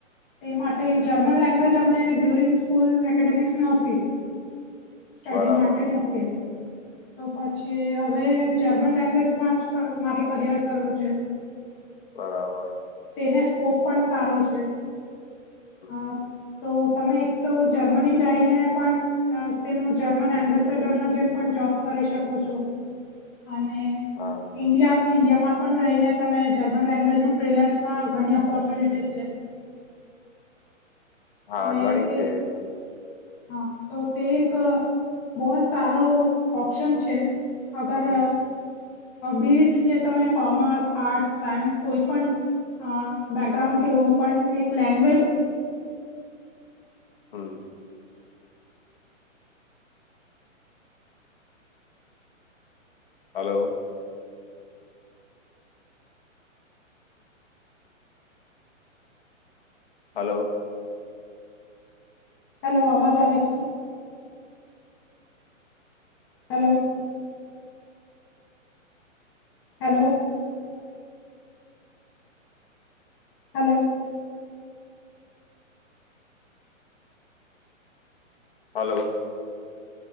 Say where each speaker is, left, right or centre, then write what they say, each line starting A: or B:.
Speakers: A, on the left; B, on the left.
A: તે માટે જર્મન લેંગ્વેજ અમને ડ્યુરિંગ સ્કૂલ એકેડેમિક્સ નતી. સ્ટડી
B: બરાબર
A: માટે નક્કી. તો પછી હવે જર્મન લેંગ્વેજમાં જ મારે કરિયર કરવું છે.
B: બરાબર.
A: તેને સ્કોપ પણ સારો છે. અ
B: <inaudible>
A: તો તમે એક તો જર્મની જઈને પણ તેનું જર્મન એમ્બેસેડર ના જેમ પણ જોબ કરી શકો છો અને
B: હા.
A: ઈન્ડિયા ઈન્ડિયામાં પણ રહીને તમે જર્મન લેંગ્વેજ ન ફ્રીલેન્સમાં ઘણી ઓપોર્ચ્યુનિટીસ છે.
B: હા
A: અને
B: ગણી
A: તે
B: છે.
A: હા તો તે એક બહું જ સારો ઓપ્શન છે. અગર
B: હમ
A: બીટ કે તમે કોમર્સ આર્ટસ સાયન્સ કોઈ પણ અ બ બેકગ્રાઉન્ડ થી હો પણ એક લેંગ્વેજ
B: હમ. હલો હલો
A: હેલો અવાજ આવે છે? Hello hello. Hello.
B: Hello.